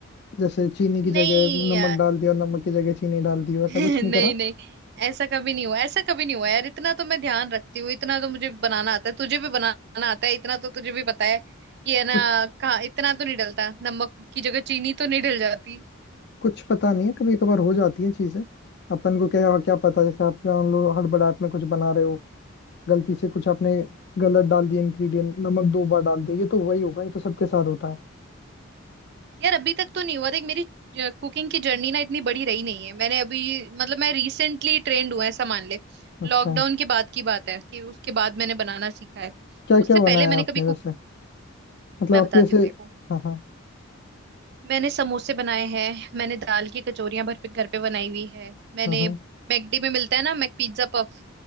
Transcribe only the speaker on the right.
नहीं
<laughs>
नहीं
नहीं ऐसा कभी नहीं हुआ ऐसा कभी नहीं हुआ यार इतना तो मैं ध्यान रखती हूँ इतना तो मुझे बनाना आता है तुझे भी बनाना आता है इतना तो तुझे भी पता है कि है ना
कहाँ इतना तो नहीं डलता नमक की जगह चीनी तो नहीं डल जाती
यार अभी तक तो नहीं हुआ देख मेरी कुकिंग की जर्नी ना इतनी बड़ी रही नहीं है मैंने अभी मतलब मैं रिसेंटली ट्रेंड हुआ ऐसा मान ले लॉकडाउन
के बाद की बात है कि उसके बाद मैंने बनाना सीखा है
उससे
पहले मैंने
कभी कुक
मैं
बताती
हूँ देखो
मैंने समोसे बनाए हैं मैंने दाल की कचौरियां घर पे घर पे बनाई हुई है मैंने
मैकडी में मिलता है ना मैक पिज्जा पफ